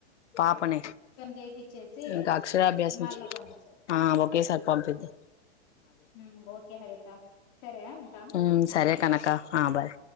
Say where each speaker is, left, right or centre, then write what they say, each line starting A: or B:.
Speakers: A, on the left; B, on the left.
A: పాపనే
B: చేపిచ్చేసి
A: ఇంకా అక్షరాభ్యాసం
B: మళ్ళా
A: చే
B: పంపించారు
A: ఒకేసారి పంపిద్ద
B: ఊ ఓకే హరిత సరే ఉంటా
A: ఉ
B: మళ్ళీ
A: సరే
B: చేస్తా
A: కనక ఆ బాయ్